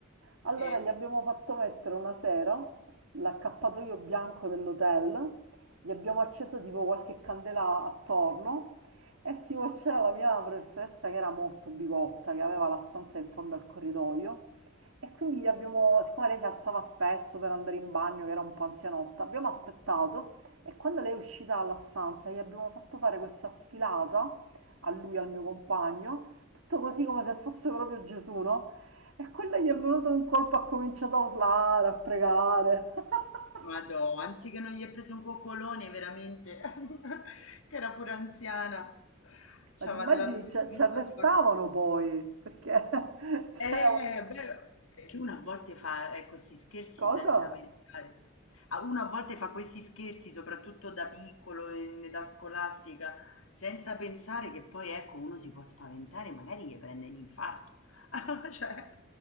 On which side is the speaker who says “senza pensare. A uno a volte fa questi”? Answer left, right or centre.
Left